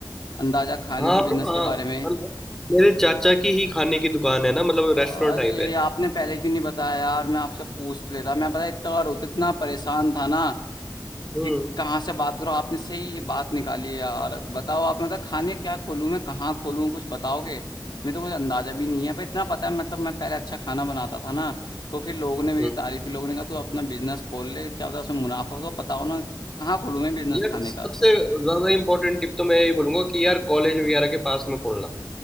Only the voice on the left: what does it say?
अंदाजा खाने
के बिजनेस
के बारे में
अरे
आपने पहले क्यों नहीं बताया यार मैं आपसे पूछ लेता मैं पता है इतना रो- इतना परेशान था ना
कि कहाँ से बात करो आपने सही ये बात निकाली है यार बताओ आप मतलब खाने क्या खोलूँ मैं कहाँ खोलूँ कुछ बताओगे मेरे तो कुछ अंदाजा भी नहीं है पर इतना पता है मतलब मैं पहले अच्छा खाना बनाता था ना तो फिर लोगों ने मेरी
तारीफ की लोगों ने कहा तू अपना बिजनेस खोल ले क्या पता उसमें मुनाफा हो तो बताओ ना कहाँ खोलूँ मैं बिजनेस
खाने
का